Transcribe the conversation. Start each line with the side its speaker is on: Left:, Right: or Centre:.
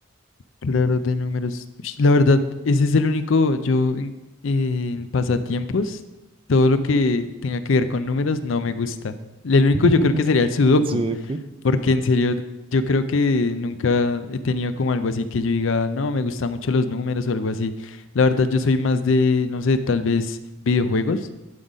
Left: Claro, de números. Ush, La verdad, ese es el único, yo en, en pasatiempos, todo lo que tenga que ver con números no me gusta. El único
Right: <laughs>
Left: yo creo que sería el sudoku.
Right: El sudoku.
Left: Porque en serio, yo creo que nunca he tenido como algo así que yo diga, no, me gustan mucho los números o algo así. La verdad, yo soy más de, no sé, tal vez videojuegos.